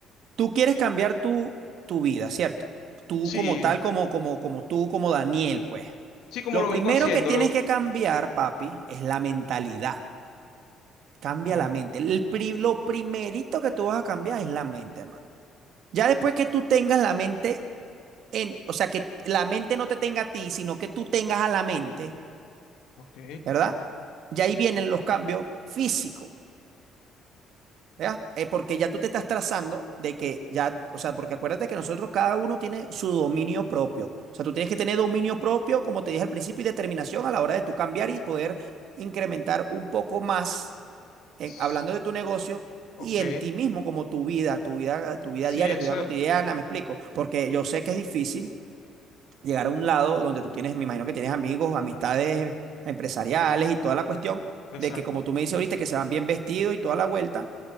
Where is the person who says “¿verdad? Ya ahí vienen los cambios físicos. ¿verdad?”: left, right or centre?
Right